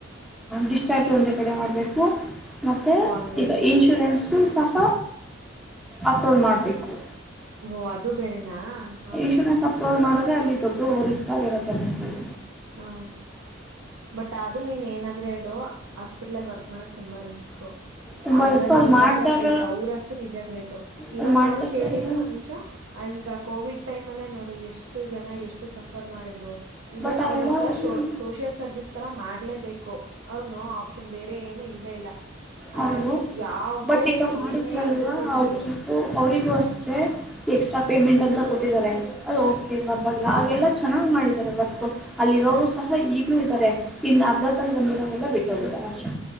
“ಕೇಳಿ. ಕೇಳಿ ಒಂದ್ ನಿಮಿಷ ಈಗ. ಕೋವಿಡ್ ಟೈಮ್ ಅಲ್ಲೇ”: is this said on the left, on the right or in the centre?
Right